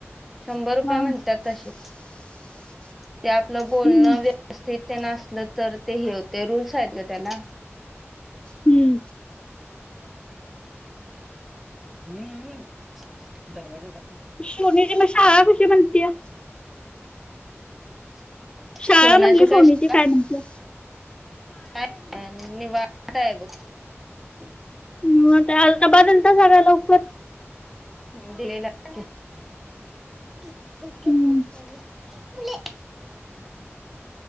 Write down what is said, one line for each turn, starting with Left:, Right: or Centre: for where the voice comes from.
Centre: शंभर
Left: हा
Centre: रुपये म्हणत्यात तशे.
Left: <inaudible>
Centre: ते आपलं बोलणं
Left: हम्म,
Centre: व्य स्थित तेन असलं तर ते हे होते रूल्स आहेत गं त्याला.
Left: हम्म.
Centre: हम्म, दरवाजा झाकून
Left: शोनी जी म शाळा कुशी म्हणतीया
Centre: <inaudible> सोनाची
Left: शाळा म्हणली सोनीची
Centre: शिवा
Left: काय म्हटलं?
Centre: <unintelligible>
Left: म ते आलता बदलता सगळं लवकर.
Centre: हम्म, दिलेला की. <unintelligible>
Left: हम्म.